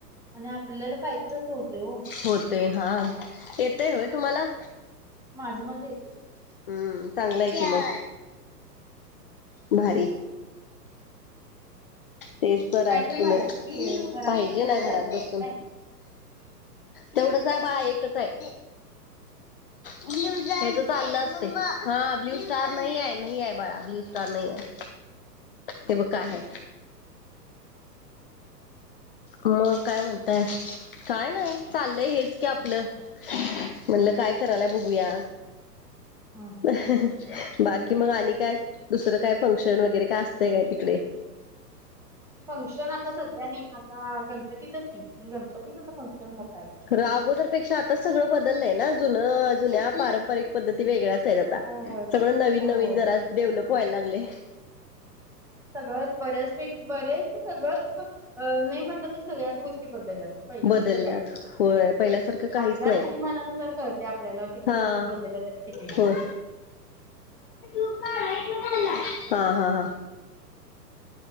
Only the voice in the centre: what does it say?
आणि आपल्याला पाहिजेच तस होते हो
माझं माझं येतंय
काहीतरी
पाहिजे
की घरात
पण वेळ
जायला पाहिजे
नाही
<inaudible>
हं हं
फंक्शन आता सध्या नई, आता गणपतीचच की गणपतीच फंक्शन होतय.
होय होय
होय
होय
सगळंच बऱ्याच पैकी बरेच सगळंच <unintelligible> नाही म्हटलं तर सगळ्याच गोष्टी बद्दलल्यात. पहिल्यासारखं
काय,
आपल्या
राहणीमानानुसार कळतंय आपल्याला किती
गोष्टी बदलल्या तरी किती नाही.